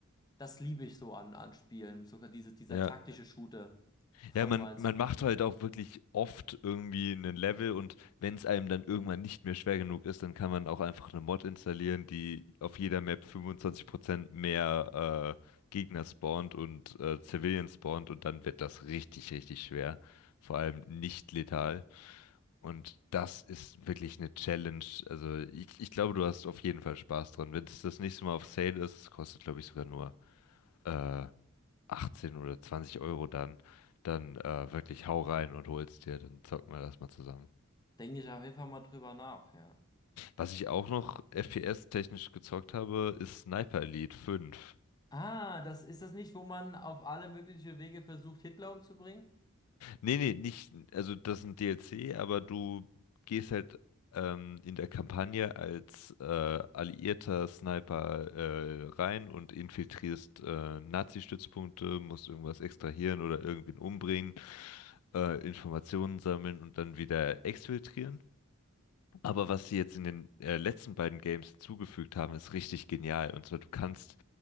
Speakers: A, on the left; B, on the left.
A: das liebe ich so an, an Spielen. Sogar diese, dieser
B: Ja.
A: taktische Shooter. Voll
B: Ja, man,
A: meins.
B: man macht halt auch wirklich oft irgendwie einen Level und wenn es einem dann irgendwann nicht mehr schwer genug ist, dann kann man auch einfach eine Mod installieren, die auf jeder Map 25% mehr äh, Gegner spawnt und äh, Civilians spawnt und dann wird das richtig, richtig schwer. Vor allem nicht letal. Und das ist wirklich eine Challenge. Also ich, ich glaube, du hast auf jeden Fall Spaß dran. Wenn es das nächste Mal auf Sale ist, kostet, glaube ich, sogar nur. äh, achtzehn oder zwanzig Euro dann, dann äh, wirklich hau rein und hol's dir, dann zocken wir das mal zusammen.
A: Denke ich auf jeden Fall mal drüber nach, ja.
B: Was ich auch noch FPS-technisch gezockt habe, ist Sniper Elite fünf
A: Ah, das ist das nicht, wo man auf alle möglichen Wege versucht, Hitler umzubringen?
B: Nee, nee, nicht, also das ist ein DLC, aber du gehst halt ähm, in der Kampagne als äh, alliierter Sniper äh, rein und infiltrierst äh, Nazi-Stützpunkte, musst irgendwas extrahieren oder irgendwen umbringen, äh, Informationen sammeln und dann wieder exfiltrieren. Aber was sie jetzt in den äh, letzten beiden Games hinzugefügt haben, ist richtig genial. Und zwar, du kannst